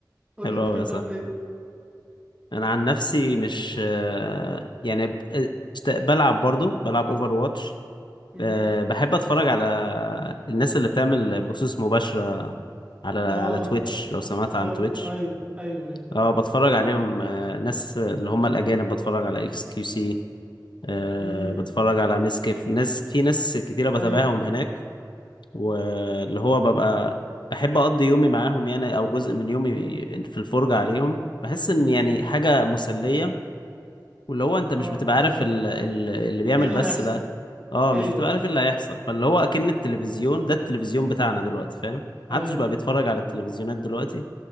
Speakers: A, on the right (about 15°); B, on the left (about 85°).
A: قول
B: حلو
A: لي انت
B: قوي
A: كده
B: يا
A: بتعمل
B: صاحبي
A: ايه
B: انا عن نفسي مش آه، يعني ب- اشت- بلعب برضو بلعب اوفر واتش
A: امم
B: أه بحب اتفرج على الناس اللي بتعمل بثوث مباشرة على على
A: اه
B: تويتش لو سمعت عن
A: لايف
B: تويتش
A: ايوه ايوه ايوه
B: اه بتفرج عليهم آه، ناس اللي هم الاجانب بتفرج على اكس كيو سي أه
A: امم
B: بتفرج على ميس كيف ناس في ناس كتيرة بتابعهم
A: ايوه
B: هناك واللي هو ببقى بحب أقضي يومي معاهم يعني أو جزء من يومي في الفرجة عليهم بحس إن
A: امم
B: يعني حاجة مسلية واللي هو أنت مش
A: اه
B: بتبقى عارف ال- ال- اللي بيعمل
A: ايه اللي
B: بس
A: هيحصل
B: ده اه مش
A: ايوه
B: بتبقى
A: ايوه
B: عارف إيه اللي هيحصل فاللي هو أكن التلفزيون ده التلفزيون بتاعنا دلوقتي فاهم محدش
A: ايوه
B: بقى
A: ايوه
B: بيتفرج
A: فاهم
B: على التلفزيونات دلوقتي